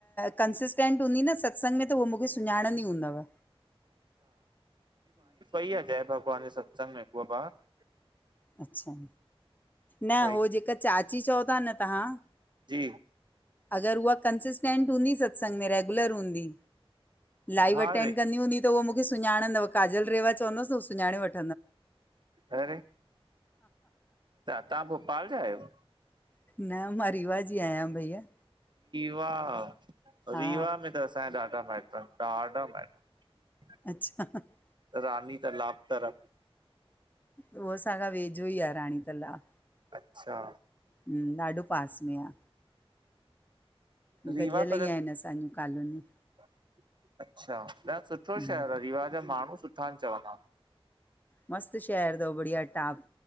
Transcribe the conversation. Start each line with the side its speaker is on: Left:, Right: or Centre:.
Left: कंसिस्टेंट हूंदी न सत्संग में त उहो मूंखे सुञाणंदी ई हूंदवम।
Right: जाए ब <unintelligible> ानी सत्संग महकूबा <unintelligible>
Left: अच्छा न
Right: वई
Left: हो जेका चाची चओ था न तव्हां,
Right: जी
Left: अगरि उहा कंसिस्टेंट हूंदी सत्संग में रेगुलर हूंदी लाइव
Right: हा
Left: अटेंड
Right: रे
Left: कंदी हूंदी त उहो मूंखे सुञाणंदव काजल रेवा चवंदसि उ सुञाणे वठ-
Right: अे त तव्हां भोपाल जा आहियो।
Left: न मां रीवा जी आहियां भईया।
Right: रीवा
Left: हा
Right: रीवा में त -- अ ॾाढा महत्व ॾाढा मतव --
Left: अच्छा --
Right: रानी त लाप तर --
Left: उहो असाखा वेझो ई आहे राणी तलाब।
Right: अच्छा।
Left: हम ॾाढो पास में आ।
Right: रीवा
Left: गॾियल
Right: पर
Left: ई
Right: -
Left: आहिनि असांजूं कॉलोनियूं
Right: - अच्छा तॾ सुठो
Left: हम्म
Right: शहर आहे रिवा जा माण्हू सुठा आहिन चवंदा।
Left: मस्त शहर अथव बढ़िया टॉप